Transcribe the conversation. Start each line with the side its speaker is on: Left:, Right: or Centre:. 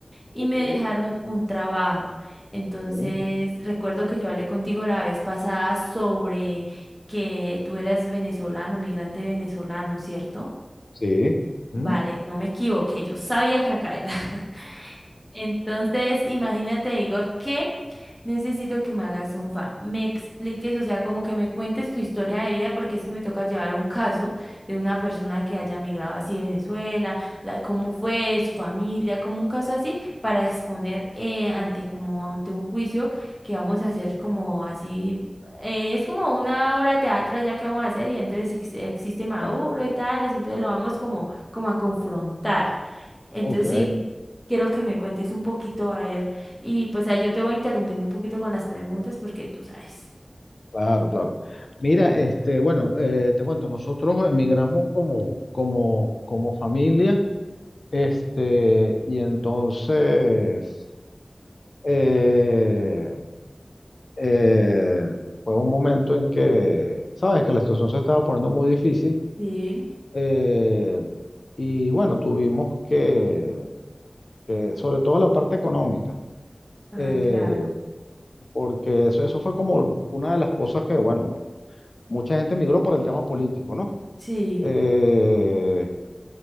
Centre: y
Left: Ok,
Centre: me dejaron un trabajo. Entonces,
Left: mm,
Centre: recuerdo que yo hablé contigo la vez pasada sobre que tú eras venezolano, migrante venezolano, ¿cierto?
Left: sí. mm,
Centre: Vale, no me equivoqué, yo sabía que acá era. <laughs> Entonces, imagínate, Igor, que necesito que me hagas un fa, me expliques, o sea, como que me cuentes tu historia de vida, porque es que me toca llevar un caso de una persona que haya migrado así de Venezuela, la, cómo fue su familia, como un caso así, para exponer eh, ante como ante un juicio que vamos a hacer como así, eh, es como una obra de teatro ya que vamos a hacer y entonces ex- existe Maduro
Left: ah,
Centre: y tales, entonces lo vamos como, como a confrontar. Entonces
Left: <laughs> ok,
Centre: sí, quiero que me cuentes un poquito, a ver, y pues ahí yo te voy interrumpiendo un poquito con las preguntas porque tú sabes.
Left: claro, claro. Mira, este, bueno, eh, te cuento, nosotros emigramos como, como, como familia, este, y entonces eh, eh, fue un momento en que, sabes, que la situación se estaba poniendo muy difícil.
Centre: Sí,
Left: Eh, y bueno, tuvimos que, que, sobre todo la parte económica,
Centre: ah,
Left: eh,
Centre: claro.
Left: porque eso, eso fue como una de las cosas que, bueno, mucha gente migró por el tema político, ¿no?
Centre: Sí.
Left: Eh,